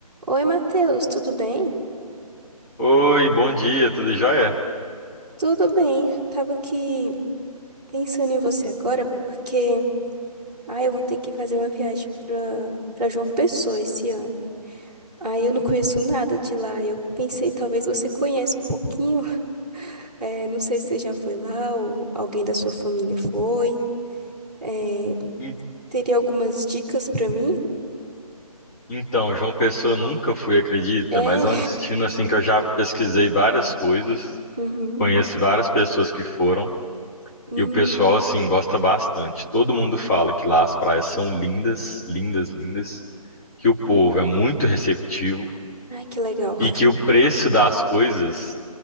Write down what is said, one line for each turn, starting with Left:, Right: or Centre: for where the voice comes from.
Centre: Oi, Matheus, tudo bem?
Left: Oi, bom dia, tudo jóia?
Centre: Tudo bem. Eu tava aqui pensando em você agora porque ah, eu vou ter que fazer uma viagem pra para João Pessoa esse ano. Aí eu não conheço nada de lá. Eu pensei, talvez você conheça um pouquinho. <laughs> Eh, não sei se você já foi lá ou alguém da sua família foi. Eh,
Left: En-
Centre: teria algumas dicas pra mim?
Left: Então, João Pessoa nunca fui, acredita,
Centre: É.
Left: mas é um destino assim que eu já pesquisei várias coisas,
Centre: Uhum.
Left: conheço várias pessoas que foram
Centre: Hum.
Left: e o pessoal assim gosta bastante. Todo mundo fala que lá as praias são lindas, lindas, lindas, que o povo é muito receptivo
Centre: Ai, que legal.
Left: e que o preço das coisas